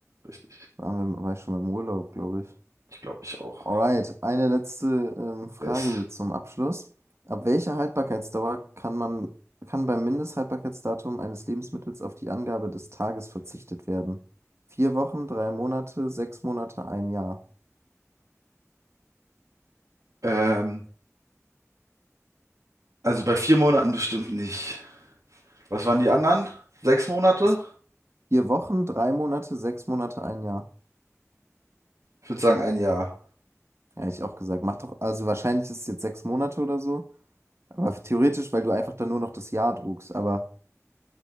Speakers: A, on the right; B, on the right.
A: richtig.
B: waren wir, war ich schon mal im Urlaub, glaube ich.
A: Ich glaube, ich auch.
B: Alright, eine letzte ähm, Frage
A: Yes.
B: hier zum Abschluss. Ab welcher Haltbarkeitsdauer kann man, kann beim Mindesthaltbarkeitsdatum eines Lebensmittels auf die Angabe des Tages verzichtet werden? Vier Wochen, drei Monate, sechs Monate, ein Jahr.
A: Ähm, also bei vier Monaten bestimmt nicht. Was waren die anderen? Sechs Monate?
B: Ist vier Wochen, drei Monate, sechs Monate, ein Jahr.
A: Ich würde sagen ein Jahr.
B: Ja, hätte ich auch gesagt. Macht doch, also wahrscheinlich ist es jetzt sechs Monate oder so. Aber theoretisch, weil du einfach dann nur noch das Jahr druckst. Aber